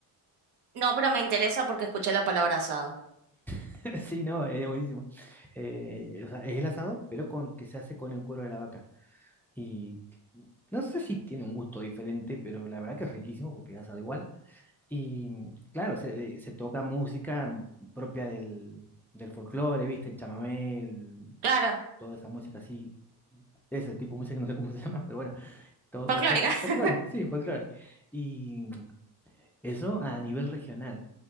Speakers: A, on the right; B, in the centre.
A: No, pero me interesa porque escuché la palabra asado.
B: <laughs> Sí, no, es buenísimo. Eh, o sea, es el asado, pero con que se hace con el cuero de la vaca. Y no sé si tiene un gusto diferente, pero la verdad que es riquísimo porque es asado igual. Y mm, claro, se, eh, se toca música mm, propia del, del folclore, ¿viste? El chamamé, el-
A: Claro,
B: toda esa música así, ese tipo de música que no sé cómo se <laughs> llama, pero bueno, todo
A: folclórica.
B: es fol- folclore,
A: <laughs>
B: sí, folclore. Y mm, eso a nivel regional.